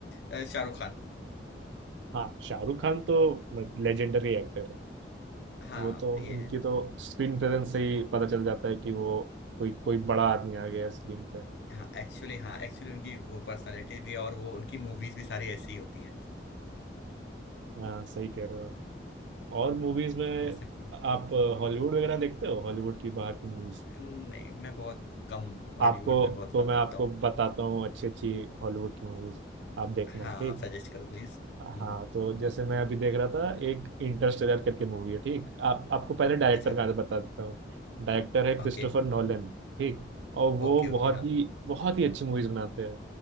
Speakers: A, on the left; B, on the right.
A: अ, शाहरुख खान
B: हाँ शाहरुख खान तो लेजेंडरी एक्टर है
A: हाँ
B: वो तो
A: ये
B: उनकी
A: है
B: तो स्क्रीन प्रेजेंस से ही पता चल जाता है कि वो कोई कोई बड़ा आदमी आ गया है स्क्रीन पे
A: हाँ एक्चुअली हाँ एक्चुअली उनकी वो पर्सनालिटी भी है और वो उनकी मूवीज भी सारी ऐसी ही होती हैं
B: हाँ सही कह रहे हो आप। और मूवीज में
A: जैसे कि
B: आप हॉलीवुड वगैरह देखते हो हॉलीवुड की बाहर की मूवीज
A: नहीं मैं बहुत कम हॉलीवुड
B: आपको
A: में बहुत
B: तो
A: कम
B: मैं
A: देखता
B: आपको
A: हूँ
B: बताता हूँ अच्छी अच्छी हॉलीवुड की मूवीज आप देखना
A: हाँ
B: ठीक
A: आप सजेस्ट करो प्लीज
B: हाँ
A: हम्म
B: तो जैसे मैं अभी देख रहा था एक इंटरस्टेलर करके मूवी है ठीक आप आपको पहले डायरेक्टर
A: अच्छा
B: का बता देता हूँ डायरेक्टर है क्रिस्टोफर
A: ओके
B: नोलन ठीक और वो
A: ओके
B: बहुत
A: ओके हाँ
B: ही बहुत ही अच्छी मूवीज बनाते हैं